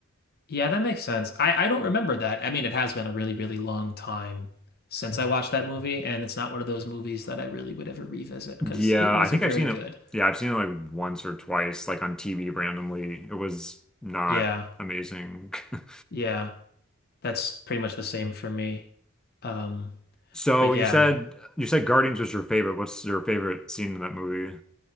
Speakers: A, on the left; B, in the centre.
A: Yeah, that makes sense. I, I don't remember that. I mean, it has been a really, really long time since I watched that movie, and it's not one of those movies that I really would ever revisit because
B: Yeah,
A: it wasn't
B: I think I've
A: very
B: seen
A: good.
B: it. Yeah, I've seen it like once or twice, like on TV randomly. It was not
A: Yeah,
B: amazing. <laughs>
A: yeah, that's pretty much the same for me. Um,
B: So
A: but
B: you
A: yeah.
B: said you said Guardians was your favorite. What's your favorite scene in that movie?